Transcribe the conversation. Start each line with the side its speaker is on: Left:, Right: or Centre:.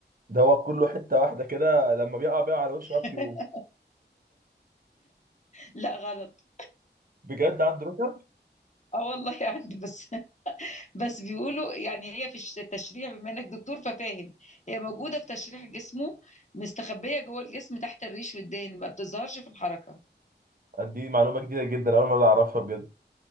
Right: ده هو كله حتة واحدة كده لما بيقع بيقع على وشه عارف
Left: <laughs>
Right: يقوم
Left: لا غلط
Right: بجد عنده ركب
Left: اه والله عنده بس بس بيقولوا يعني هي في الش- التشريح بما انك دكتور ففاهم هي موجوده في تشريح جسمه مستخبيه جوه الجسم تحت الريش والدهن ما بتظهرش في الحركه
Right: دي معلومة جديدة جدا أول مرة أعرفها بجد